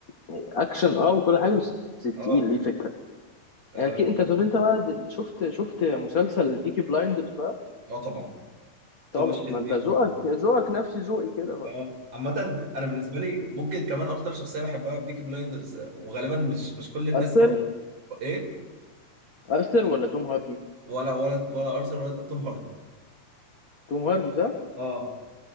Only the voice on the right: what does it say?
اه
اه
آه طبعا توماس
شيلبي
و...
اه عامة انا بالنسبة لي ممكن كمان اكتر شخصية بحبها في بيكي بلايندرز وغالبا مش مش كل الناس
او ايه
ولا ولا ولا ارثر ولا توم هاردي
اه